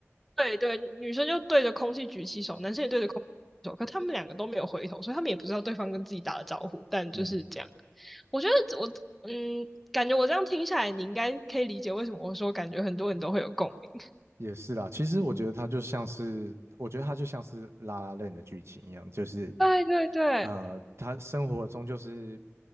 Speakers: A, in the centre; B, on the right.
A: 对对，女生就对着空气举起手，男生也对着空气举手，可他们两个都没有回头，所以他们也不知道对方跟自己打了招呼，但就是这样。
B: 嗯，
A: 我觉得我嗯，感觉我这样听下来，你应该可以理解为什么我说感觉很多人都会有共鸣。
B: 也是啦。其实我觉得它就像是，我觉得它就像是《La l 的剧情一样，就是
A: 对对对，
B: 呃，他生活中就是